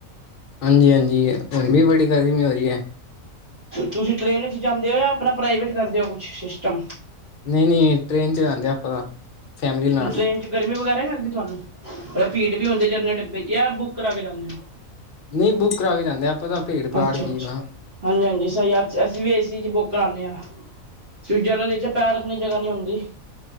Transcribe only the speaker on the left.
ਹਾਂਜੀ ਹਾਂਜੀ, ਹੁਣ ਵੀ ਬੜੀ ਗਰਮੀ ਹੋ ਰਹੀ ਹੈ।
ਨਹੀਂ ਨਹੀਂ, ਟ੍ਰੇਨ 'ਚ ਜਾਂਦੇ ਆਪਾਂ ਤਾਂ। ਫੈਮਿਲੀ ਨਾਲ
ਨਹੀਂ ਬੁੱਕ ਕਰਾ ਕੇ ਜਾਂਦੇ ਆਪਾਂ ਤਾਂ, ਭੀੜ
ਪਾੜ
ਕੀ